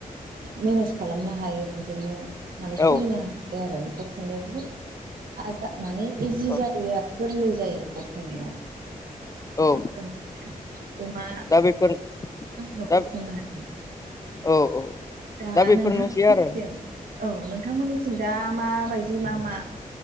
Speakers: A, on the right; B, on the left.
A: मेनेज खालामनो हायो बेजोंनो माने सोलिनो
B: औ
A: हायो आरो न'खर खुंनायाव बुहुत आज माने इजि
B: औ
A: जायो आरो गोरलै जायो न गर खुंनायाव
B: औ
A: जों अमा
B: दा बेफोर
A: न'खर
B: दा
A: खुंनो हायो।
B: औ औ
A: दा
B: बेफोरनोसै
A: नोंथां <unintelligible>
B: आरो
A: औ नोंथांमोननिथिं दा माबायदि मा मा